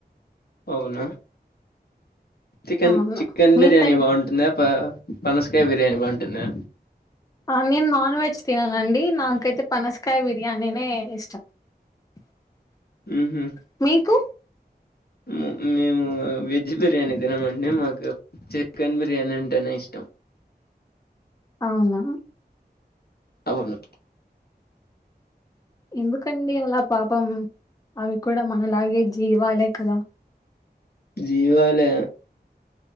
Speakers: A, on the left; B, on the left.
A: అవునా చికెన్
B: అవును
A: చికెన్
B: మీ
A: బిర్యానీ
B: సైడ్
A: బాగుంటుందా ప పనస్కాయ బిర్యానీ బాగుంటుందా
B: ఆ నేను నాన్ వెజ్ తిననుండి నాకైతే పనస్కాయ బిర్యానీనే ఇష్టం <inaudible>
A: ఉహు
B: మీకు
A: ము మేము వెజ్ బిర్యానీ తినమండి మాకు చికెన్ బిర్యానీ అంటేనే ఇష్టం
B: అవునా
A: అవును
B: ఎందుకండి అలా పాపం అవి కూడా మనలాగే జీవాలే కదా
A: జీవాలే